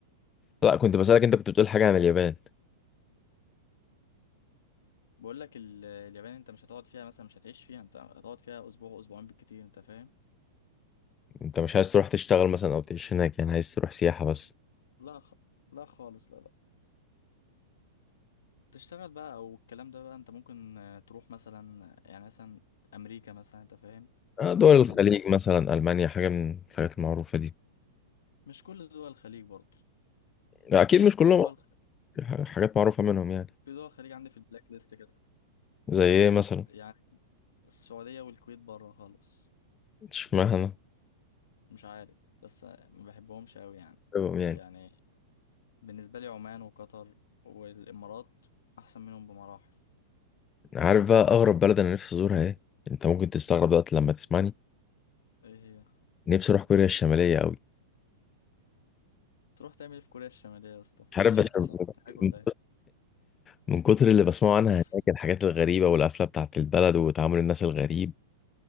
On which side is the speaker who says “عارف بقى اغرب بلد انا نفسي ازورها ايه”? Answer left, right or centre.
Left